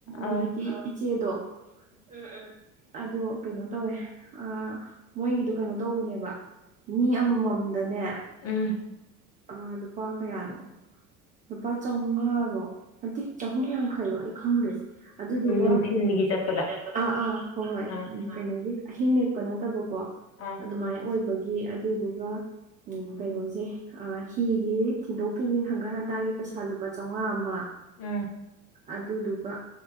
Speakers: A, on the left (about 35°); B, on the right (about 20°).
A: ꯑꯥ
B: ꯍꯧꯖꯤꯛꯀꯤ ꯏꯆꯦꯗꯣ ꯎꯝ ꯎꯝ ꯑꯗꯣ ꯀꯩꯅꯣ ꯇꯧꯋꯦ ꯑ ꯃꯣꯏꯒꯤꯗꯨ ꯀꯩꯅꯣ ꯇꯧꯕꯅꯦꯕ ꯃꯤ ꯑꯃꯃꯝꯗꯅꯦ
A: ꯎꯝ
B: ꯑꯨꯝ ꯑ ꯂꯨꯄꯥ ꯀꯌꯥꯅꯣ ꯂꯨꯄꯥ ꯆꯧꯎꯉꯥꯔꯣ ꯑꯟꯇꯤ ꯆꯍꯨꯝ ꯌꯥꯡꯈꯩꯔꯣ ꯑꯩ ꯈꯪꯗ꯭ꯔꯦ ꯑꯗꯨꯗꯨꯒ
A: ꯎꯝ ꯅꯨꯡꯊꯤꯜꯒꯤ
B: ꯅꯨꯡꯊꯤꯟꯒꯤ
A: ꯆꯠꯄꯗ
B: ꯆꯠꯄ ꯑꯥ ꯑꯥ ꯍꯣ ꯍꯣꯏ
A: ꯑꯥ
B: ꯀꯩꯅꯣꯒꯤ ꯑꯍꯤꯡ ꯂꯦꯛꯄ ꯅꯠꯇꯕꯀꯣ
A: ꯑꯥ
B: ꯑꯗꯨꯃꯥꯏꯅ ꯑꯣꯏꯕꯒꯤ ꯑꯗꯨꯗꯨꯒ ꯎꯝ ꯀꯩꯅꯣꯁꯦ ꯍꯤꯒꯤ ꯊꯤꯟꯗꯣꯛ ꯊꯤꯟꯖꯤꯟ ꯍꯟꯒꯠꯍꯟ ꯀꯥꯒꯤ ꯄꯩꯁꯥ ꯂꯨꯄꯥ ꯆꯥꯎꯉꯥ ꯑꯃ
A: ꯎꯝ
B: ꯑꯗꯨꯗꯨꯒ